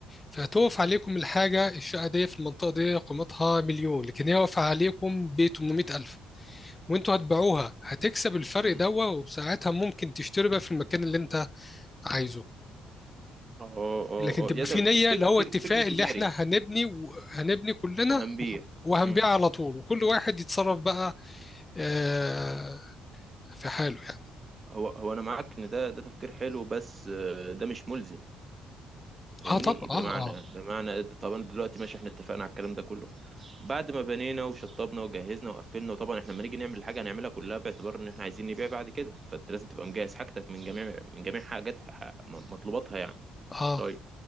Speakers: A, on the left; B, on the right.
A: فهتقف عليكم الحاجة الشقة دي في المنطقة دي قيمتها مليون لكن هي واقفة عليكم ب 800 ألف وانتوا هتبيعوها هتكسب الفرق
B: مم.
A: دوا وبساعتها ممكن تشتري بقى في المكان اللي انت عايزه
B: اه اه
A: لكن
B: اه
A: تبقى
B: آه. يا ده
A: في
B: ده
A: نية
B: فك
A: اللي هو
B: فك
A: اتفاق
B: فكر تجاري
A: اللي احنا
B: يعني،
A: هنبني وهنبني كلنا
B: وهنبيع
A: وهنبيع
B: مم.
A: على طول وكل واحد يتصرف بقى آه في حاله يعني
B: هو هو أنا معاك إن ده ده تفكير حلو بس آه، ده مش ملزم فاهمني
A: اه طبعا
B: بمعنى
A: اه اه
B: بمعنى طبعا دلوقتي ماشي احنا اتفقنا على الكلام ده كله بعد ما بنينا وشطبنا وجهزنا وقفلنا وطبعا احنا لما نيجي نعمل الحاجه هنعملها كلها باعتبار ان احنا عايزين نبيع بعد كده فانت لازم تبقى مجهز حاجتك من جميع من جميع حاجات ح- م- مطلوباتها يعني
A: اه
B: طيب